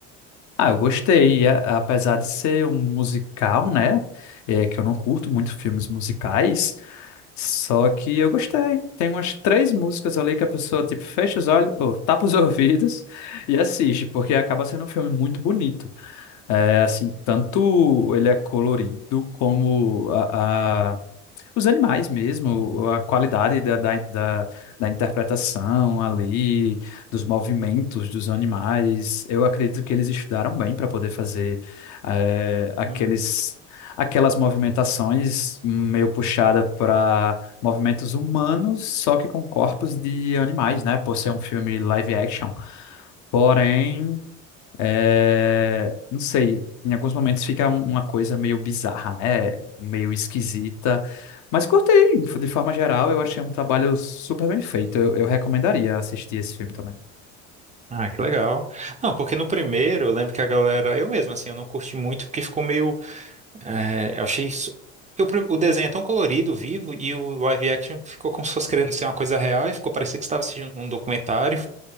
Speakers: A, on the left (about 55°); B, on the right (about 20°).
A: Ah, eu gostei, e a- apesar de ser um musical, né? É, que eu não curto muito filmes musicais. Só que eu gostei. Tem umas três músicas ali que a pessoa, tipo, fecha os olhos, ou tapa os <laughs> ouvidos e assiste, porque acaba sendo um filme muito bonito. É, assim, tanto ele é colorido, como a, os animais mesmo, a qualidade da, da, da, da interpretação ali, dos movimentos dos animais. Eu acredito que eles estudaram bem para poder fazer eh, aqueles,
B: Hum.
A: aquelas movimentações meio puxada para movimentos humanos, só que com corpos de animais, né? Por ser um filme live action. Porém. É, não sei, em alguns momentos fica um- uma coisa meio bizarra, né? Meio esquisita. Mas curtei, de forma geral, eu achei um trabalho super bem feito. Eu, eu recomendaria assistir esse filme também.
B: Ah, que legal. Não, porque no primeiro eu lembro que a galera. Eu mesmo, assim, eu não curti muito porque ficou meio. é, eu achei. isso- porque O pri- o desenho é tão colorido, vivo, e o live action ficou como se fosse querendo ser uma coisa real e ficou parecendo que você estava assistindo um documentário.